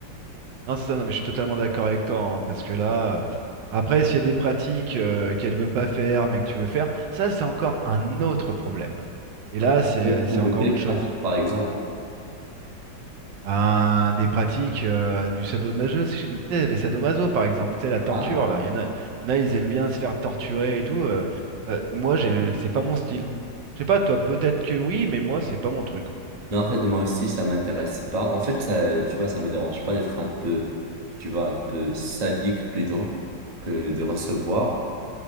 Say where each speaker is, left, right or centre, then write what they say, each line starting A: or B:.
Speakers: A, on the right; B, on the right.
A: Non, c'est ça. Non, mais je suis totalement d'accord avec toi, hein, parce que là, euh, après, s'il y a des pratiques euh, qu'elle veut pas faire, mais que tu veux faire, ça, c'est encore un autre problème. Et là,
B: Ça
A: c'est
B: dépend
A: c'est
B: de
A: encore
B: quelle
A: autre
B: pratique,
A: chose.
B: par exemple.
A: Un- des pratiques euh, du sadomaso, si- tu sais, les sadomaso par exemple, tu sais, la torture
B: hein,
A: là, il y en a, il y en a, ils aiment bien se faire torturer et tout. euh, euh, moi, j'ai- c'est pas mon style. Je sais pas, toi, peut-être que oui, mais moi, c'est pas mon truc. en fait.
B: Non, en fait, moi aussi, ça m'intéresse pas. En fait, ça, tu vois, ça me dérange pas d'être un peu, tu vois, un peu sadique plutôt que de recevoir.